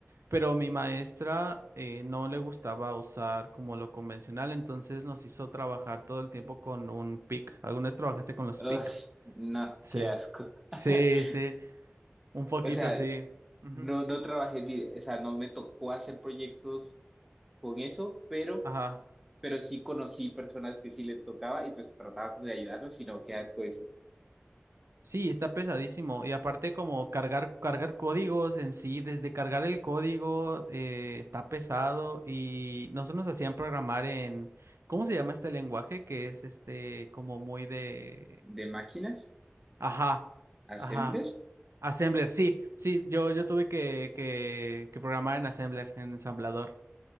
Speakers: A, on the right (about 80°); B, in the centre.
A: pero mi maestra eh, no le gustaba usar como lo convencional, entonces nos hizo trabajar todo el tiempo con un PIC. ¿Alguna vez trabajaste con los
B: Ay,
A: PIC?
B: no,
A: Sí,
B: qué asco.
A: sí,
B: <laughs>
A: sí, un poquito
B: O sea,
A: sí. Ujú.
B: no, no trabajé, di- o sea, no me tocó hacer proyectos con eso, pero,
A: Ajá.
B: pero sí conocí personas que sí les tocaba y pues trataba como de ayudarlos, sino que asco eso.
A: Sí, está pesadísimo. Y aparte como cargar, cargar códigos en sí, desde cargar el código eh, está pesado y nosotros nos hacían programar en, ¿cómo se llama este lenguaje? Que es este como muy de...
B: De máquinas,
A: Ajá,
B: assembler,
A: ajá. Assembler, sí, sí, yo, yo tuve que, que, que programar en Assembler, en ensamblador.